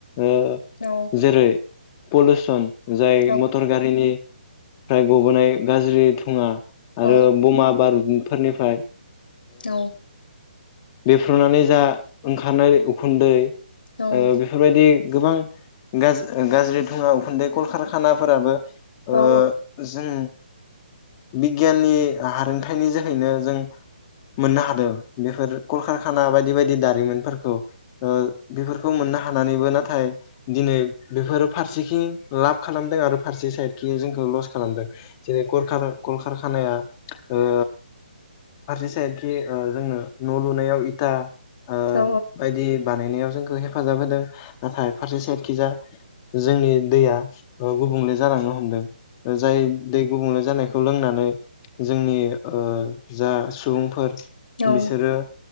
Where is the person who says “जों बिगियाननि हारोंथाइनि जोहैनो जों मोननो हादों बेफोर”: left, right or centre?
Left